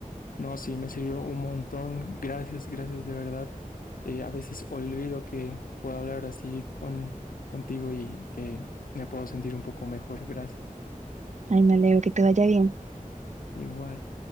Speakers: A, on the left (about 75°); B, on the right (about 55°).
A: No, sí, me sirvió un montón. Gracias, gracias de verdad. Eh, a veces olvido que puedo hablar así con contigo y que me puedo sentir un poco mejor. Gracias.
B: Ay, me alegro que te vaya bien.
A: Igual.